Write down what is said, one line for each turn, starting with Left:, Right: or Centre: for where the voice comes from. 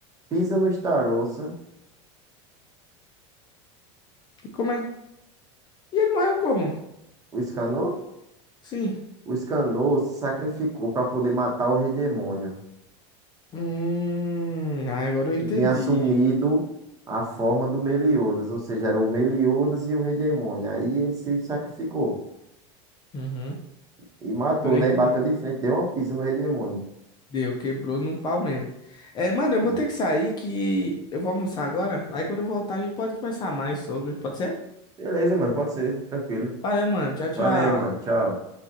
Right: pisa no Starost.
Left: E como é? E ele morreu como?
Right: O Escanor?
Left: Sim.
Right: O Escanor se sacrificou para poder matar o rei demônio.
Left: Hum, ah, agora eu
Right: E
Left: entendi.
Right: tinha assumido a forma do Meliodas. Ou seja, era o Meliodas e o rei demônio. Aí ele se sacrificou.
Left: Uhum.
Right: E matou,
Left: Agora
Right: né?
Left: eu entendi.
Right: E bateu de frente. Deu uma pisa no rei demônio.
Left: Deu, quebrou no pau mesmo. É, mano, eu
Right: né?
Left: vou ter que sair que eu vou almoçar agora. Aí quando eu voltar, a gente pode conversar mais sobre. Pode ser?
Right: Beleza, mano, pode ser, tranquilo.
Left: Valeu, mano. Tchau, tchau.
Right: Valeu, mano, tchau.